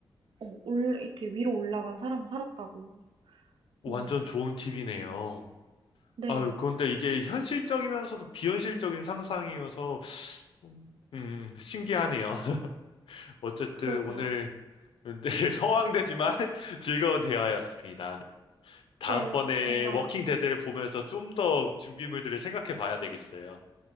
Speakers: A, on the right; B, on the left.
A: 어, 올, 이렇게 위로 올라간 사람은 살았다고.
B: 완전
A: 음.
B: 좋은 팁이네요.
A: 네,
B: 아유, 그런데 이게 현실적이면서도 비현실적인 상상이어서 좀, 음, 신기하네요. <laughs> 어쨌든
A: 그러게요.
B: 오늘 네, <laughs> 허황되지만 <laughs> 즐거운 대화였습니다. 다음번에
A: 네, 정말.
B: 워킹 데드를 보면서 좀 더 준비물들을 생각해 봐야 되겠어요.